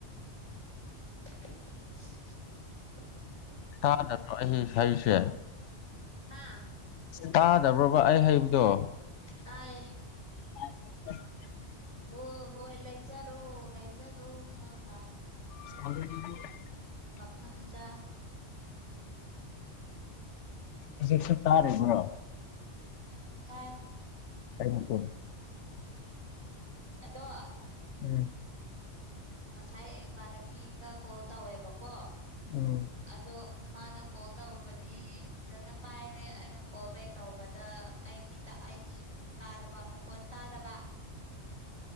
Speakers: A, on the right; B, on the left.
A: <inaudible>
B: ꯇꯥꯗ꯭ꯔꯣ ꯑꯩ ꯍꯥꯏꯁꯦ
A: ꯍꯥ
B: ꯇꯥꯗꯕ꯭ꯔꯣꯕ ꯑꯩ ꯍꯩꯕꯗꯣ
A: ꯇꯥꯏꯔꯦ
B: ꯑ
A: ꯑꯣ ꯍꯣꯏ ꯂꯩꯖꯥꯔꯣ ꯂꯩꯖꯥꯔꯣ ꯅꯪꯅ
B: <unintelligible>
A: ꯐꯝꯗ
B: ꯑꯗꯨꯁ ꯇꯥꯔꯦ ꯄꯨ꯭ꯔꯣ
A: ꯇꯥꯏ
B: ꯑꯩ ꯀꯣꯦ
A: ꯑꯗꯣ
B: ꯎꯝ
A: ꯉꯁꯥꯏ ꯏꯃꯥꯟꯅꯕꯤꯒ ꯀꯣ ꯇꯧꯋꯦꯕꯀꯣ
B: ꯎꯝ
A: ꯑꯗꯣ ꯃꯥꯅ ꯀꯣꯜ ꯇꯧꯕꯗꯤ ꯐꯖꯅ ꯄꯥꯏꯔꯦ ꯑꯩꯅ ꯀꯣꯜ ꯕꯦꯛ ꯇꯧꯕꯗ ꯑꯩꯒꯤ ꯑꯃꯨꯛ ꯇꯥꯗꯕ ꯃꯈꯣꯟ ꯇꯥꯗꯕ